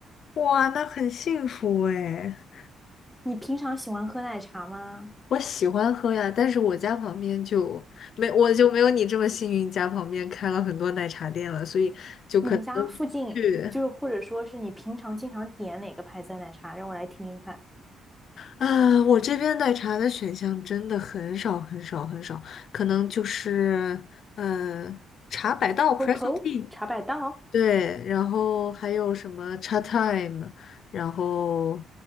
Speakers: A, on the left (about 65°); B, in the centre.
A: 哇，那很幸福哎！
B: 你平常喜欢喝奶茶吗？
A: 我喜欢喝呀，但是我家旁边就没，我就没有你这么幸运，家旁边开了很多奶茶店了，所以就可能
B: 你们家附近就是或者说是你平常经常点哪个牌子的奶茶？
A: 去
B: 让我来听听看。
A: 啊，我这边奶茶的选项真的很少很少很少，可能就是嗯，茶百道
B: COCO
A: （Presso Tea）
B: 茶百道，
A: 对，然后还有什么茶 Time，然后